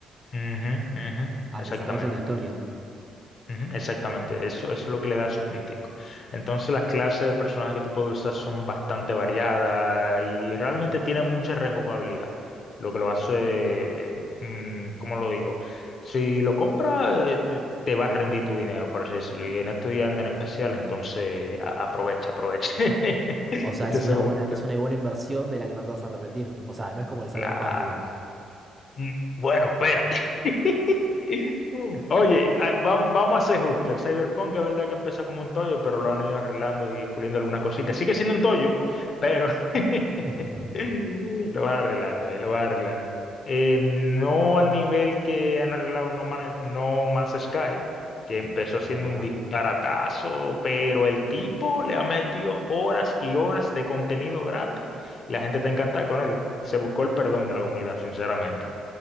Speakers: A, on the left (about 50°); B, on the right (about 20°).
A: Ujú, ujú,
B: al
A: exactamente.
B: desarrollo de la historia.
A: Ujú, Exactamente, eso, eso es lo que le da su puntico. Entonces las clases de personajes que tú puedes usar son bastante variadas y realmente tiene mucha rejugabilidad, lo que lo hace, mm, ¿cómo lo digo? Si lo compras, eh, tú- te va a rendir tu dinero, por así decirlo, y en estos días andan en especial, entonces a- aprovecha, aprovecha. <laughs>
B: O sea, es
A: Te
B: una
A: sobra
B: buena,
A: un...
B: es una buena inversión de la que no te vas a arrepentir. O sea, no es como el Cyberpunk,
A: Claro,
B: digamos.
A: Mm, Bueno, espérate. <laughs> Oye, ah, vam- vamos a ser justos. El Cyberpunk es verdad que empezó como un tollo, pero lo han ido arreglando y puliendo algunas cositas. Sigue siendo un tollo, pero <laughs>
B: <laughs>
A: lo van arreglando ahí, lo van arreglando. Eh, no al nivel que han arreglado No Man- No Man's Sky, que
B: Y
A: empezó
B: Es
A: siendo
B: verdad.
A: un disparatazo, pero el tipo le ha metido horas y horas de contenido gratis. La gente está encantada con él. Se buscó el perdón de la comunidad, sinceramente.